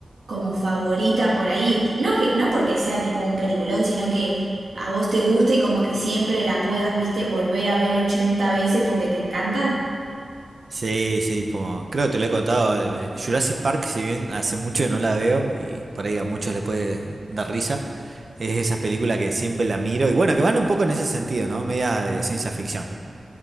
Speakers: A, on the right (about 85°); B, on the right (about 55°).
A: como favorita por ahí. No que, no porque sea tipo un peliculón, sino que a vos te gusta y como que siempre la puedas, viste, volver a ver 80 veces porque te encanta.
B: Sí, sí, como creo que te lo he contado, eh, eh, Jurassic Park, si bien hace mucho que no la veo y por ahí a muchos le puede dar risa, es esa película que siempre la miro y bueno, que van un poco en ese sentido, ¿no? Media de ciencia ficción.